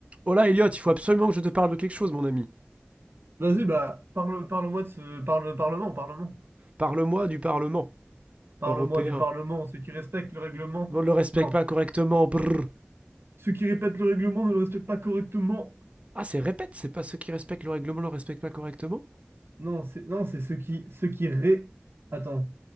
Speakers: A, on the right; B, on the right.
A: Oh là, Elliot, il faut absolument que je te parle de quelque chose, mon ami.
B: Vas-y, bah, parle, parle-moi de ce... Parle, parlement, parlement.
A: Parle-moi du Parlement
B: Parle-moi
A: européen.
B: du parlement, ceux qui respectent le règlement.
A: On ne le respecte
B: Non,
A: pas correctement. brrr.
B: ceux qui répètent le règlement ne le respectent pas correctement.
A: Ah, c'est répète, c'est pas ceux qui respectent le règlement le respectent pas correctement
B: Non, c'est non, c'est ceux qui, ceux qui ré... Attends.